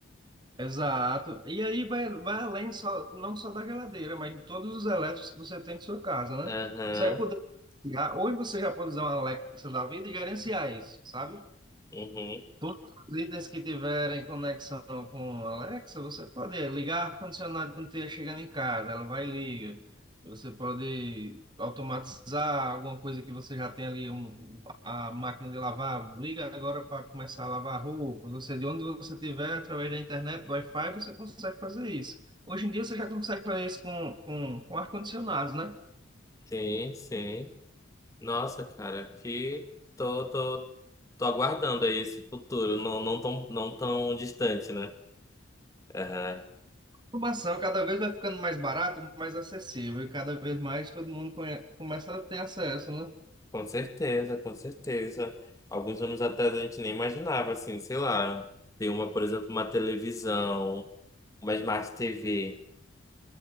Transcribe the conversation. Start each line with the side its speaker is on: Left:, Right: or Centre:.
Right: Exato. E aí vai, vai além só, não só da geladeira, mas de todos os elétricos que você tem em sua casa,
Left: Aham,
Right: né? Você vai poder... Hoje você já pode usar uma Alexa da vida e gerenciar isso, sabe?
Left: uhum,
Right: Todos os itens que tiverem conexão com a Alexa, você pode ligar ar-condicionado quando estiver chegando em casa, ela vai e liga. Você pode automatizar alguma coisa que você já tem ali, um, a máquina de lavar, liga agora para começar a lavar roupa. Você, de onde você estiver, através da internet, do Wi-Fi, você consegue fazer isso. Hoje em dia você já consegue fazer isso com, com, com ar-condicionados, né?
Left: sim, sim. Nossa, cara, que tô, tô, tô aguardando aí esse futuro, não, não tão, não tão distante, né? Aham.
Right: Informação cada vez vai ficando mais barato e mais acessível, e cada vez mais todo mundo conhe- começa a ter acesso, né?
Left: Com certeza, com certeza. Alguns anos atrás a gente nem imaginava, assim, sei lá, ter uma, por exemplo, uma televisão, uma Smart TV.